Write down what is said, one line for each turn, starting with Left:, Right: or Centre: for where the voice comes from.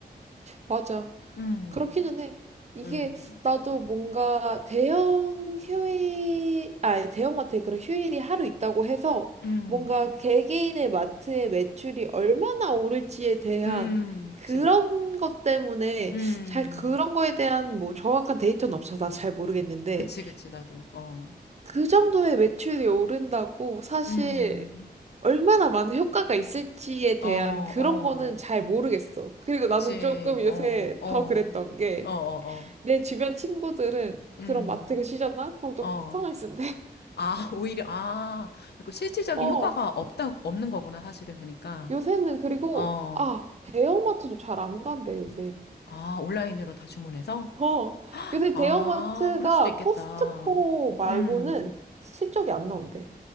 Right: 맞아.
Left: 음,
Right: 그렇기는 해. 이게
Left: 음,
Right: 나도 뭔가 대형 휴일, 아, 대형마트에 그런 휴일이 하루 있다고 해서
Left: 음,
Right: 뭔가 개개인의 마트의 매출이 얼마나 오를지에 대한
Left: 음, 그치,
Right: 그런
Left: 뭐,
Right: 것 때문에
Left: 음,
Right: 잘 그런 거에 대한 뭐 정확한 데이터는 없어서 나 잘 모르겠는데
Left: 그치, 그치, 나도, 어,
Right: 그 정도의 매출이 오른다고 사실
Left: 음,
Right: 얼마나 많은 효과가 있을지에 대한
Left: 어, 어,
Right: 그런 거는 잘 모르겠어. 그리고
Left: 그치,
Right: 나는 조금 요새
Left: 어, 어,
Right: 더 그랬던 게
Left: 어, 어, 어,
Right: 내 주변 친구들은 그런
Left: 음,
Right: 마트가 쉬잖아? 그럼 또
Left: 어,
Right: 쿠팡을 쓴대.
Left: 아, <laughs> 오히려, 아, 그 실질적인
Right: <laughs> 어,
Left: 효과가 없다, 없는 거구나, 사실은, 그니까,
Right: 요새는 그리고
Left: 어,
Right: 아, 대형마트도 잘 안 간대, 요새.
Left: 아, 온라인으로 다 주문해서?
Right: 어, 요새
Left: 아,
Right: 대형마트가
Left: 그럴 수도 있겠다.
Right: 코스트코 말고는
Left: 음,
Right: 실적이 안 나온대.